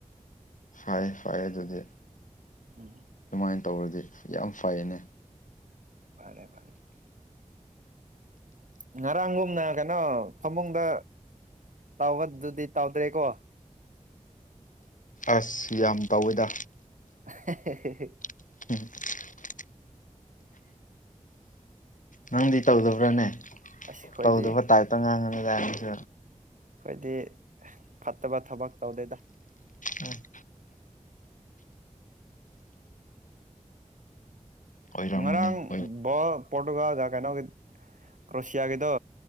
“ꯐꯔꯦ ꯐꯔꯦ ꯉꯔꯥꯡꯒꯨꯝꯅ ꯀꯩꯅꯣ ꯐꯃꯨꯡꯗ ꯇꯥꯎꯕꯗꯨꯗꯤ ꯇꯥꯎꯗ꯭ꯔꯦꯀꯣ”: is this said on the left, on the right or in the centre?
Right